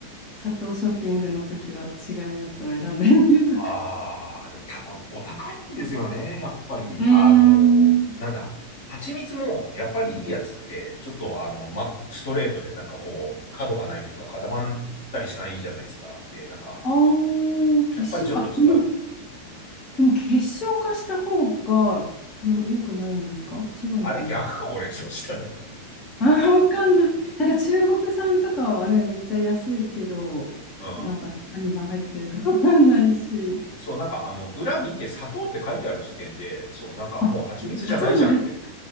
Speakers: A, on the left (about 30°); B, on the left (about 55°).
A: 砂糖ショッピングの時は違うやつを選んでみるとか。
B: ああ、でもた、お、お高いんですよね、やっぱり。
A: うーん
B: あのーなんだ。蜂蜜も、やっぱりいいやつって、ちょっとあの、ま、ストレートでなんかこう、角がないというか固まったりしないじゃないですか。で、なんか、
A: ああ、結晶化、
B: やっぱりちょっと違う。
A: あ、でもでも結晶化した方がよ、よくないんですか違うのかな
B: あれ逆か、俺、そうしたら。
A: あー、<laughs> わかんない。なんか中国産とかはね、めっちゃ安いけど、
B: うん。
A: なんか何が入ってるかわかんないし。
B: そう、なんかあの、裏見て砂糖って書いてある時点で、そう、なんかもう蜂蜜じゃないじゃんって。
A: あ、砂糖が入って、